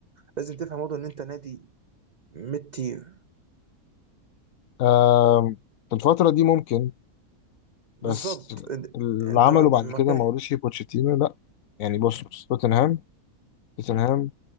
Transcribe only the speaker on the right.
لازم تفهم برضه ان انت نادي ميد تير
بالظبط
إن-
انت
ما عند-
ما
كان-